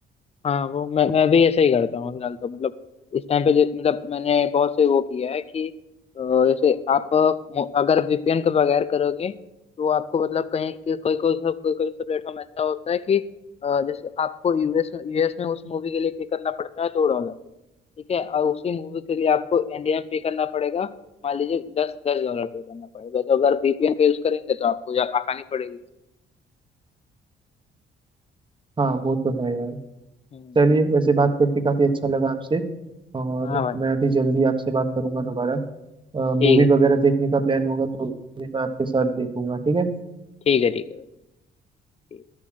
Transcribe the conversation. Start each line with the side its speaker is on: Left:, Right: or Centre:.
Left: हाँ वो मैं मैं भी ऐसे ही करता हूँ फिलहाल तो मतलब इस टाइम पे जै- मतलब मैंने बहुत से वो किया है कि अ, जैसे आप मो- अगर वीपीएन के बगैर करोगे तो आपको मतलब कहीं के- कोई कोई सा- कोई कोई सा प्लेटफॉर्म ऐसा होता है कि अ, जैसे आपको यूएस में यूएस में उस मूवी के लिए पे करना पड़ता है दो डॉलर ठीक है और उसी मूवी के लिए आपको इंडिया में पे करना पड़ेगा मान लीजिए दस दस डॉलर पे करना पड़ेगा तो अगर वीपीएन का यूज करेंगे तो आपको या- आसानी पड़ेगी
Right: हाँ वो तो है यार
Left: हम्म
Right: चलिए वैसे बात करके काफी अच्छा लगा आपसे और
Left: हाँ भाई
Right: मैं अभी जल्दी आपसे बात करूंगा दोबारा
Left: ठीक
Right: मूवी
Left: है
Right: वगैरह देखने का प्लान होगा तो भी मैं आपके साथ देखूंगा ठीक है
Left: ठीक है ठीक है ठीक है भाई ठीक।